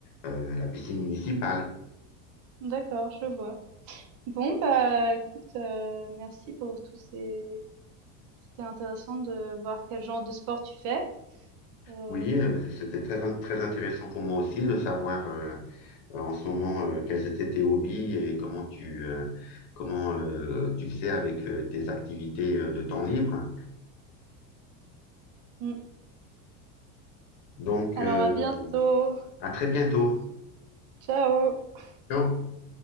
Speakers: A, on the left; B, on the right.
A: euh, à la piscine municipale.
B: d'accord, je vois. Bon, bah écoute, euh, merci pour tous ces... C'était intéressant de voir quel genre de sport tu fais. Euh,
A: Oui, euh, c'était très, in- très intéressant pour moi aussi de savoir. euh, euh, en ce moment, euh, quels étaient tes hobbies et comment tu, euh, comment, euh, tu faisais avec euh, tes activités euh, de temps libre.
B: mm.
A: Donc,
B: Alors
A: euh,
B: à bientôt.
A: à très bientôt.
B: Ciao.
A: Ciao.